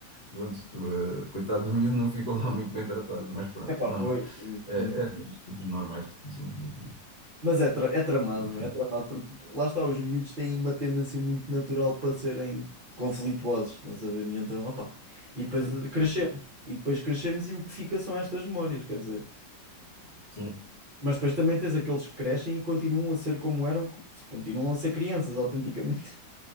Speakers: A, on the left; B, on the right.
A: pronto, eh, coitado do miúdo, não ficou lá muito bem tratado, mas pronto,
B: Epá,
A: não,
B: pois, sim,
A: é,
B: nunca
A: é das coisas normais que acontecemos miúdos, não é?
B: Mas é, tra- é tramado,
A: Enfim,
B: é tramado, porque lá está, os miúdos têm uma tendência muito natural para serem conflituosos, estás a ver? E então, opá, e depois crescemos, e depois crescemos e o que fica são estas memórias, quer dizer.
A: sim,
B: Mas depois também tens aqueles que crescem e continuam a ser como eram, continuam a ser crianças, autenticamente.